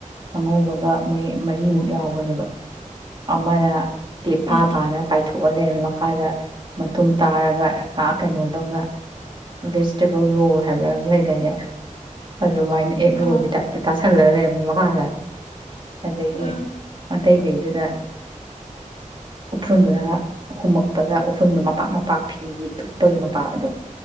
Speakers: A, on the right; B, on the left.
A: ꯑꯉꯧꯕꯒ ꯃꯣꯏ ꯃꯔꯤꯃꯨꯛ ꯌꯥꯎꯕꯅꯦꯕ ꯑꯃꯅ ꯇꯐꯥ
B: ꯎꯝ
A: ꯐꯥꯅ ꯄꯥꯏꯊꯣꯛꯑ ꯂꯩꯔꯝꯃꯦ ꯃꯈꯥꯗ ꯃꯇꯨꯝ ꯇꯥꯔꯒ ꯉꯍꯥꯛ ꯀꯩꯅꯣ ꯇꯧꯅ ꯚꯦꯖꯤꯇꯦꯕꯜ ꯔꯣꯜ ꯍꯥꯏꯕ ꯑꯃ ꯂꯩꯗꯥꯌꯦꯅꯦ ꯑꯗꯨꯃꯥꯏꯅ ꯑꯦꯛ
B: ꯑ
A: ꯂꯨꯕꯒꯤ ꯇꯥꯏꯞꯇ ꯇꯥꯁꯜꯂꯒ ꯂꯩꯔꯝꯃꯦ ꯃꯈꯥꯗ ꯑꯗꯒꯤ
B: ꯑ
A: ꯑꯇꯩꯈꯩꯗꯨꯅ ꯎꯐꯨꯟꯗꯨꯅ ꯍꯨꯝꯃꯛꯄꯗ ꯎꯐꯨꯟꯗꯨꯣ ꯃꯄꯥꯛ ꯃꯄꯥꯛ ꯐꯤꯒꯤ ꯅꯞꯄꯒꯤ ꯃꯄꯥ ꯑꯗꯣ